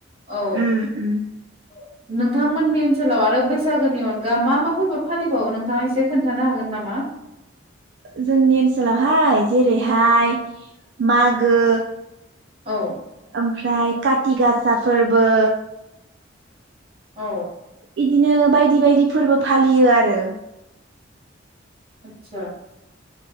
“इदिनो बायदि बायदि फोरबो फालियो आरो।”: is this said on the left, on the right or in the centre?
Right